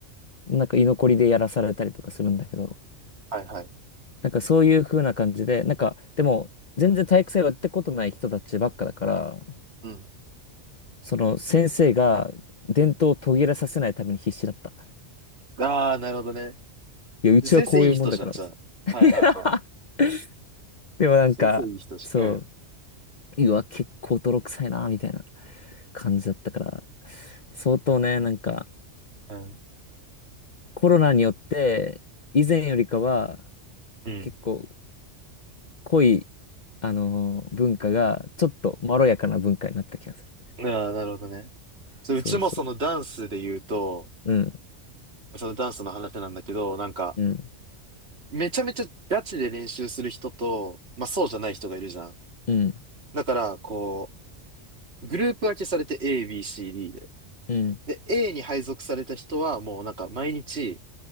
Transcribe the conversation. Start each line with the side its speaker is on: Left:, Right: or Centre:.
Left: なんか居残りでやらされたりとかするんだけど、
Right: はいはい。
Left: なんかそういう風な感じで、なんかでも全然体育祭をやったことない人たちばっかだから、
Right: うん。
Left: その先生が伝統を途切れさせないために必死だった。
Right: ああ、なるほどね。
Left: いや、うちはこういうもんだから。
Right: 先生いい人じゃん、じゃあ。
Left: つっ
Right: はいはいはい。
Left: て <laughs> でもなんか、
Right: 先生いい人じゃん。
Left: そう、
Right: う
Left: うわ、結構泥臭いな、みたいな感じだったから、相当ね、なんか、
Right: ん。
Left: コロナによって、以前よりかは、
Right: うん。
Left: 結構濃い、あのー文化が、ちょっとまろやかな文化になった気がする。
Right: うん。ああ、なるほどね。そう、
Left: そうそ
Right: うちもそのダンスで言うと、
Left: う。うん、
Right: そのダンスの話なんだけど、なんか、
Left: うん、
Right: めちゃめちゃガチで練習する人と、まあそうじゃない人がいるじゃん。
Left: うん、
Right: だから、こう、グループ分けされて A、B、C、D で。
Left: うん、
Right: で、A に配属された人はもうなんか毎日